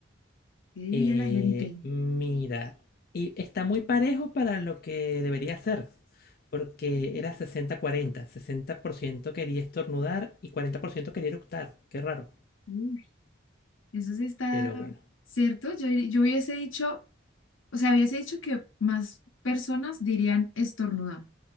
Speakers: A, on the left; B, on the left.
A: ¿qué diría
B: Eh,
A: la gente?
B: mira, y está muy parejo para lo que debería ser, porque era sesenta cuarenta, sesenta por ciento quería estornudar y 40% quería eructar, qué raro,
A: Uy, eso sí está...
B: pero bueno.
A: ¿Cierto? Yo, yo hubiese dicho O sea, hubiese dicho que más personas dirían estornudar,